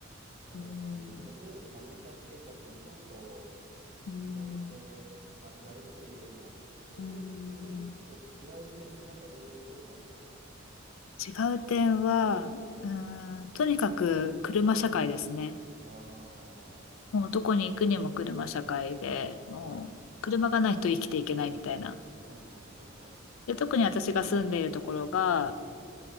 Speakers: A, on the right; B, on the left.
A: へえなんかどうですかアメリカ生活、
B: うん、
A: 日本と
B: うん、
A: 比べて、まあ比べてというよりも、こう、
B: うん、
A: いい、日本と違う点ってなんかどういうところになりますか
B: 違う点は、
A: はい。
B: うん、とにかく車社会ですね。
A: ああ。
B: もうどこに行くにも車社会で、もう車がないと生きていけないみたいな。
A: はい。ほんほんほんほん。
B: で、特に私が住んでいるところが、
A: はい。